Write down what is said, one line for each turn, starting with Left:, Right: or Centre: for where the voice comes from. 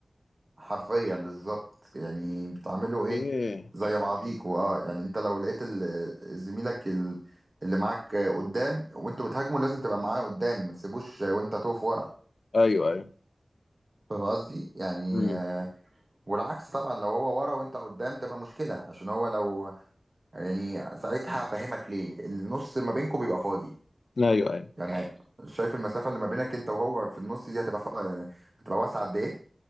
Right: حرفيا بالظبط يعني بتعملوا
Left: اوكي
Right: ايه زي بعضيكوا اه يعني انت لو لقيت ال- زميلك ال- اللي معاك قدام وانتوا بتهاجموا لازم تبقى معاه قدام ما تسيبوش وانت تقف ورا
Left: ايوه ايوه
Right: فاهم قصدي يعني
Left: امم
Right: آه، والعكس طبعا لو هو ورا وانت قدام تبقى مشكلة عشان هو لو يعني ساعتها هفهمك ليه النص ما بينكم بيبقى فاضي
Left: ايوه ايوه
Right: يعني شايف المسافة اللي ما بينك انت وهو في النص دي هتبقى فا... هتبقى واسعة قد ايه؟